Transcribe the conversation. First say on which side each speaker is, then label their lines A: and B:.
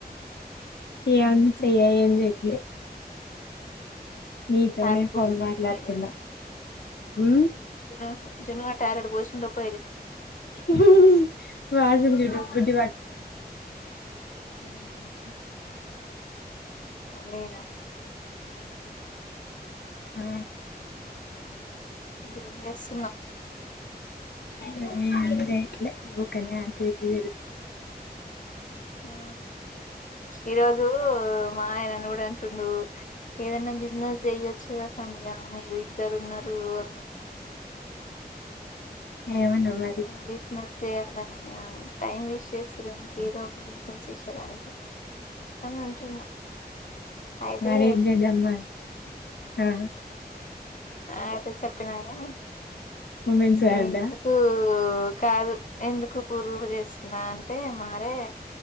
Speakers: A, on the left; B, on the left.
A: ఏమన్న చెయ్య
B: ఉమ్,
A: ఏం చెయట్లే మీతోనే
B: టాయిలెట్
A: ఫోన్
B: పోసిందో
A: మాట్లాతున్న
B: పోయలేదో
A: ఉమ్
B: ఆ జున్ను గాడు టాయిలెట్ బోషిండు ఒక
A: ఉహు ఉహు వాటం చూడు గుడ్డి
B: ఉమ్ అవే రా
A: ఆ
B: మ్మ్ ఎస్
A: మ్మ్ చెయట్లే <unintelligible> యాక్టివిటీ
B: ఆ ఈరోజు మా ఆయన నన్ను కూడా అంటుండు ఏదన్నా బిజినెస్ చెయ్యోచు కదా మీ మీరు ఏదనా బిజినెస్ చెయ్యొచ్చు కదా సంధ్య మీరు ఇద్దరు ఉన్నారు అ
A: ఆ ఏమనవు మరి
B: ఏమ్ బిజినెస్ చేయాలన్నా యాం టైం వేస్ట్ చేస్తుర్రు ఏదో ఒక బిజినెస్ చేసేదానికి అని అంటున్నా అయితే
A: మరి ఇంకా జన్మ ఆ
B: ఆ అయితే చెప్పినగా
A: ఉమెన్స్ వరల్డ్
B: ఏ ఎందుకు
A: ఆ
B: కాదు ఎందుకు పూర్వ చేస్తుందా అంటే మారే